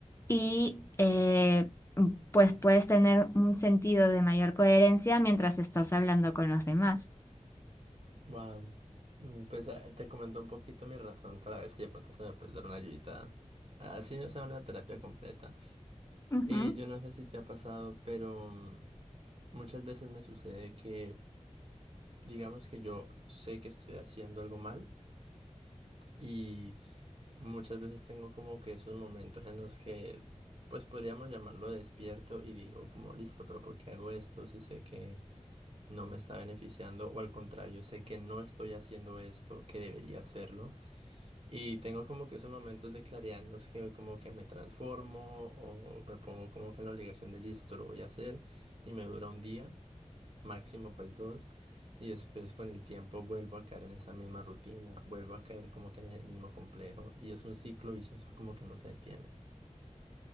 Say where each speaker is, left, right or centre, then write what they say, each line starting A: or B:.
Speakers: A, on the left (about 20°); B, on the right (about 50°).
A: y eh, pues puedes tener un sentido de mayor coherencia mientras estás hablando con los demás.
B: Wow. Pues ah, te comento un poquito mi razón para ver si de pronto se me puede dar una ayudita. Así no sea una terapia completa.
A: Ujú,
B: Eh, yo no sé si te ha pasado, pero Muchas veces me sucede que, digamos que yo sé que estoy haciendo algo mal y muchas veces tengo como que esos momentos en los que, pues podríamos llamarlo despierto y digo como, listo, pero ¿por qué hago esto si sé que no me está beneficiando? O al contrario, sé que no estoy haciendo esto, que debería hacerlo. Y tengo como que esos momentos de claridad en los que como que me transformo o me pongo como que en la obligación de listo, lo voy a hacer y me dura un día. máximo pues dos, y después con el tiempo vuelvo a caer en esa misma rutina, vuelvo a caer como que en el mismo complejo, y es un ciclo vicioso como que no se detiene